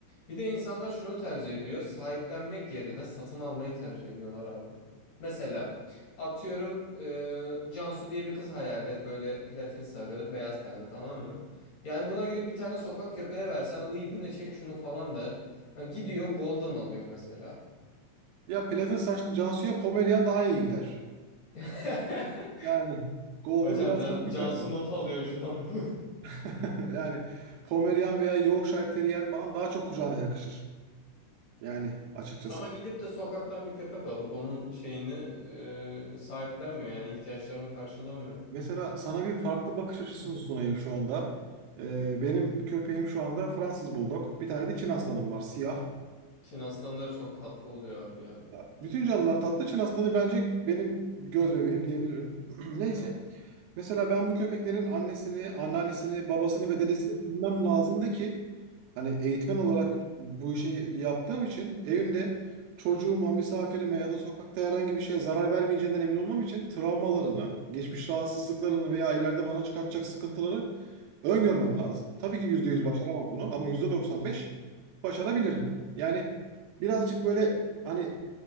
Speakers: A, on the left (about 50°); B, on the right (about 85°).
A: Bir de insanlar şunu tercih ediyor. Sahiplenmek yerine satın almayı tercih ediyorlar abi. Mesela atıyorum e, Cansu diye bir kız hayal et. Böyle platin sarı, beyaz tenli tamam mı? Yani buna gidip bir tane sokak köpeğe versen ıy bu ne çek şunu falan der. Ya gidiyor golden alıyor mesela.
B: Ya platin saçlı Cansu'ya Pomerian daha iyi gider.
A: <laughs>
B: Yani Golden
A: Hocam
B: biraz
A: Can,
B: büyük
A: Cansu
B: kaçar.
A: not alıyor şu an bunu.
B: <laughs> Yani Pomerian veya Yorkshire Terrier falan daha çok kucağına yakışır. Yani açıkçası.
A: <laughs> Ama gidip de sokaktan bir köpek alıp onun şeyini e, sahiplenmiyor yani ihtiyaçlarını karşılamıyor.
B: Mesela sana bir farklı bakış açısı
A: <clears throat> Hı.
B: sunayım şu anda. Ee, benim köpeğim şu anda Fransız Bulldog. Bir tane de Çin aslanım var siyah.
A: Çin aslanları çok tatlı oluyor abi ya.
B: Ya, bütün canlılar tatlı. Çin aslanı bence benim göz bebeğim diyebilirim. <clears throat> Neyse.
A: Evet.
B: Mesela ben bu köpeklerin annesini, anneannesini, babasını ve dedesini bilmem lazımdı ki hani eğitmen olarak bu işi yaptığım için evimde çocuğuma, misafirime ya da sokakta herhangi bir şeye zarar vermeyeceğinden emin olmam için travmalarını, geçmiş rahatsızlıklarını veya ileride bana çıkartacak sıkıntıları öngörmem lazım. Tabii ki yüzde yüz
A: Hı.
B: başaramam bunu ama %95 başarabilirim. Yani birazcık böyle hani